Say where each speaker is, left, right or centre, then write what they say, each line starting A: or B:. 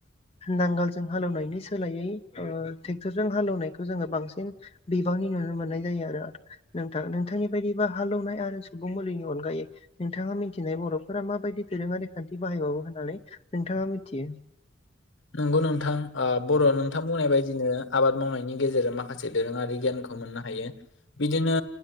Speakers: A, on the left; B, on the left.
A: नांगालजों हालेवनायनि सोलायै ओ टेक्टरजों हालेवनायखौ जोङो बांसिन बिबांनि नुनो मोननाय जायो आरो नोंथां नोंथांनि बायदिबा हालौवनाय आरो सुबुं मुलिनि अनगायै नोंथाङा मिथि नाय बरफोरा माबायदि दोरोङारि खान्थि बाहायबावो होननानै नोंथाङा मिथियो
B: नंगौ नोंथां आ बर' नोंथां बुंनाय बायदिनो आबाद मावनायनि गेजेरजों माखासे दोरोङारि गियानखौ खौ मोननो हायो बिदिनो